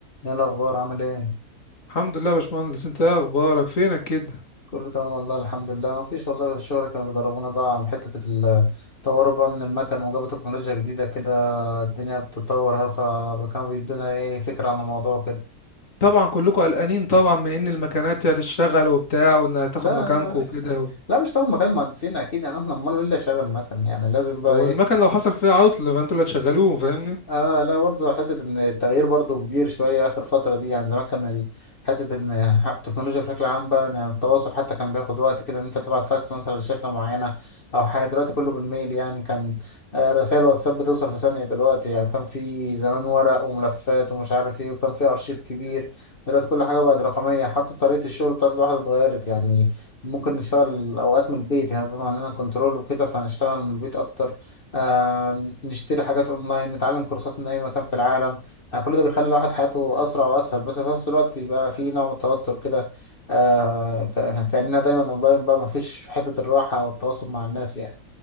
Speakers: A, on the left; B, on the left.
A: ايه الاخبار عامل ايه
B: الحمد لله يا باشمهندس انت ايه اخبارك فينك كده
A: كله تمام والله الحمد لله مفيش والله الشغل كانوا بيدربونا بقى على حته التطور بقى من المكن وجابوا تكنولوجيا جديده كده الدنيا بتتطور اهو فكانوا بيدونا ايه فكره عن الموضوع كده
B: طبعا كلكم قلقانين طبعا من ان المكانات هتشتغل وبتاع وانها هتاخد
A: لا
B: مكانكم وكده
A: لا مش طبعا مكان مهندسين اكيد يعني احنا امال مين اللي شغال مكن يعني لازم بقى
B: هو
A: ايه
B: المكن لو حصل فيها عطل فانتوا اللي هتشغلوه فاهمني
A: اه لا برضه حتة ان التغيير برضه كبير شوية اخر فترة دي يعني زمان كان ال- حتة ان التكنولوجيا بشكل عام بقى يعني التواصل حتى كان بياخد وقت كده ان انت تبعت فاكس مثلا لشركة معينة او حاجة دلوقتي كله بالميل يعني كان آه، رسائل واتساب بتوصل في ثانية دلوقتي يعني كان في زمان ورق وملفات ومش عارف ايه وكان في ارشيف كبير دلوقتي كل حاجة بقت رقمية حتى طريقة الشغل بتاعت الواحد اتغيرت يعني ممكن نشتغل اوقات من البيت يعني بما اننا كنترول وكده فهنشتغل من البيت اكتر آه نشتري حاجات اونلاين نتعلم كورسات من اي مكان في العالم يعني كل ده بيخلي الواحد حياته اسرع واسهل بس في نفس الوقت يبقى في نوع من التوتر كده آه ك- كأننا دايما اونلاين بقى ما فيش حتة الراحة والتواصل مع الناس يعني